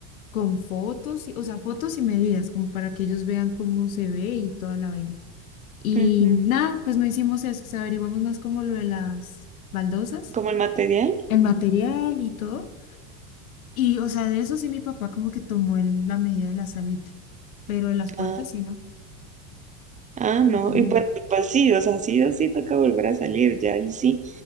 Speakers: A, on the left (about 85°); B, on the right (about 20°).
A: con fotos, y- o sea, fotos y medidas, como para que ellos vean cómo se ve y toda la vaina. Y
B: Ujú.
A: nada, pues no hicimos eso, o sea, averiguamos más como lo de las baldosas
B: ¿Como el material?
A: el material y todo, y, o sea, de eso sí mi papá como que tomó el- la medida de la salita, pero de las puertas
B: Ah,
A: sí, ¿no?
B: ah,
A: Y
B: no. Y bueno, pues sí, o sea, sí o sí toca volver a salir ya. Y sí,